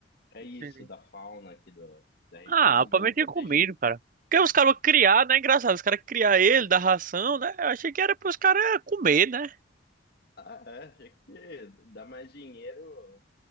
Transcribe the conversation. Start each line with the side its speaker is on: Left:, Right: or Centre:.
Left: É
Right: Entendi.
Left: isso, da fauna aqui do, da região,
Right: Ah, o Palmeiras
Left: dele é
Right: tinha
Left: protegido.
Right: comido, cara. Porque os caras criar, né? Engraçado, os caras criar ele, dar ração, né? Eu achei que era pros caras comer, né? <laughs>
Left: Ah, é, é que dá mais dinheiro